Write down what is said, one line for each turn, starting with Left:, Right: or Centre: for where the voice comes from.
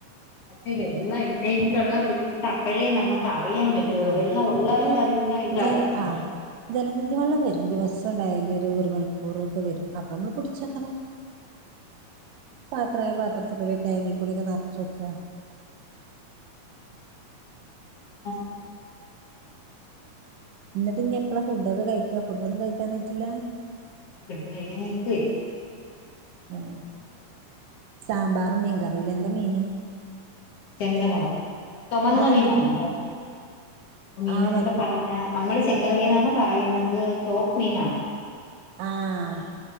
Left: പക്ഷേ വെള്ളം ഇല്ലെങ്കിൽ ഉള്ള ബുദ്ധിമുട്ട് അപ്പോഴേ നമുക്ക് അറിയാൻ പറ്റും
Right: ആഹ്
Left: വെള്ളം ഉള്ളവർക്ക്
Right: പിന്നെ
Left: അതിന്റെ ഇത്
Right: ജല
Left: അറിയത്തില്ല
Right: ആഹ് ജലനിധി വെള്ളം വരും ദിവസം ഉണ്ടായാലു ഒരു മണിക്കൂറ് ഒക്കെ വരും അപ്പൊ നമ്മള് പിടിച്ചക്കണം പാത്രമായ പാത്രത്തി കൂടി ടാങ്കി കൂടെക്കെ നിറച്ച് വെക്ക
Left: ആഹ്
Right: എന്നിട്ട് ഇനി എപ്പഴാ ഫുഡക്കെ കഴിക്കുക ഫുഡൊന്നും കഴിക്കാനായിട്ടില്ല
Left: <unintelligible>
Right: ആ സാമ്പാറും മീൻകറിയില എന്താ മീന്
Left: ചെങ്കരവ ചൊമന്ന
Right: അതെന്ത്
Left: മീനാണ്
Right: മീൻ
Left: കേട്ടോ മീൻ
Right: ആഹ്
Left: എന്നൊക്കെ
Right: മ
Left: പറഞ്ഞാ നമ്മൾ ചെങ്കരവെന്നാണ് പറയുന്നത് ടോപ് മീനാ
Right: ആഹ്